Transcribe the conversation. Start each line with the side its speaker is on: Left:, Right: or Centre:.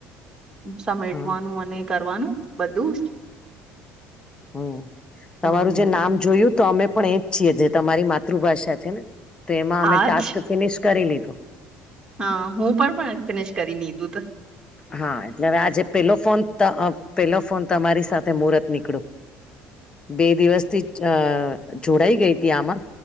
Right: સમેટવાનું
Left: હા
Right: અને કરવાનું બધું જ.
Left: હમ
Right: હમ
Left: તમારું જે નામ જોયું તો અમે પણ એજ છીએ જે તમારી માતૃભાષા છે ને તો એમાં અમે
Right: આજ
Left: ટાસ્ક ફિનિશ કરી લીધું
Right: હા હું પણ પણ ફિનિશ કરી લીધું
Left: હા એટલે હવે આજે પેલો ફોન પેલો ફોન તમારી સાથે મુહૂર્ત નીકળું બે દિવસ થી જોડાઈ ગઈ હતી આમાં